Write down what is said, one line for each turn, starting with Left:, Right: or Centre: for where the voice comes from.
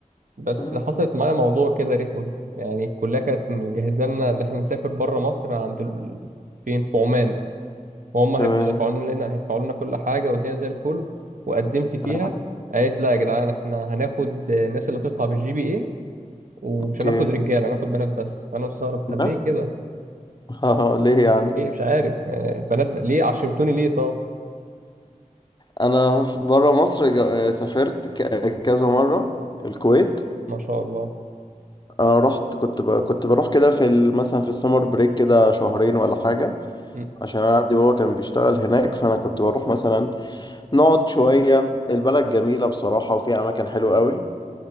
Right: بس
Left: تمام
Right: حصلت معايا موضوع كده رخم يعني الكليه كانت مجهزه لنا ان احنا نسافر بره مصر عند ال... فين في عمان وهم
Left: تمام
Right: هيبقوا دافعوا لنا هيدفعوا لنا كل حاجه والدنيا زي الفل وقدمت فيها
Left: اه
Right: قالت لا يا جدعان احنا هناخد الناس اللي هتطلع بالجي بي اي ومش
Left: اوكي
Right: هناخد رجاله هناخد بنات بس فانا مستغرب طب
Left: بس
Right: ليه كده
Left: <laughs> اه ليه يعني
Right: ايه مش عارف يعني بنات ب... ليه عشمتوني ليه طب
Left: انا بره مصر جا- سافرت ك- كذا مره الكويت
Right: ما شاء الله
Left: أنا رحت كنت ب... كنت بروح كده في ال... مثلا في السمر بريك كده شهرين ولا حاجه
Right: م.
Left: عشان انا عندي بابا كان بيشتغل هناك فانا كنت بروح مثلا نقعد شويه البلد جميله بصراحه وفيها اماكن حلوه قوي